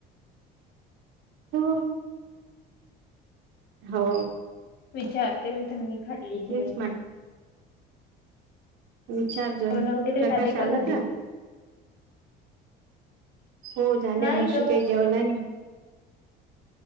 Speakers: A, on the right; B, on the left.
A: हो हो
B: विचारते मी त्यां नि खाली की
A: तेच
B: नाही तर,
A: विचारजन
B: जेवण वगैरे
A: प्रकाश
B: झाले
A: आला
B: घरी?
A: का? हो झाले
B: नाही
A: हर्षू
B: ग
A: काही जेवला नाही,